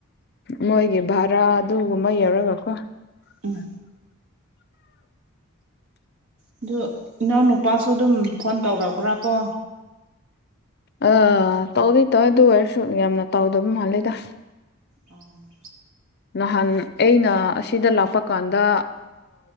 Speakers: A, on the left; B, on the right.
A: ꯃꯣꯏꯒꯤ ꯚꯔꯥ ꯑꯗꯨꯒꯨꯝꯕ ꯌꯧꯔꯒꯀꯣ
B: ꯎꯝ ꯑꯗꯨ ꯏꯅꯥꯎꯅꯨꯄꯥꯁꯨ ꯑꯗꯨꯝ ꯐꯣꯟ ꯇꯧꯔꯛꯄ꯭ꯔꯥ ꯀꯣ
A: ꯑꯥ ꯇꯧꯗꯤ ꯇꯧꯋꯦ ꯑꯗꯨ ꯑꯣꯏꯔꯁꯨ ꯌꯥꯝꯅ ꯇꯥꯎꯗꯕ ꯃꯥꯜꯂꯦꯗ
B: ꯑꯣ
A: ꯅꯍꯥꯟ ꯑꯩꯅ ꯑꯁꯤꯗ ꯂꯥꯛꯄ ꯀꯥꯟꯗ